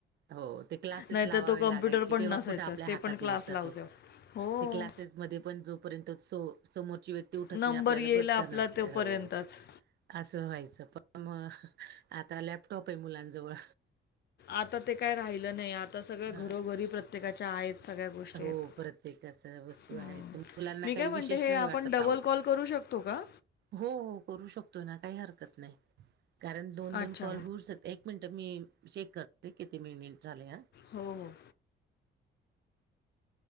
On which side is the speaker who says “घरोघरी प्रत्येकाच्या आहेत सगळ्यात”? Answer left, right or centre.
Left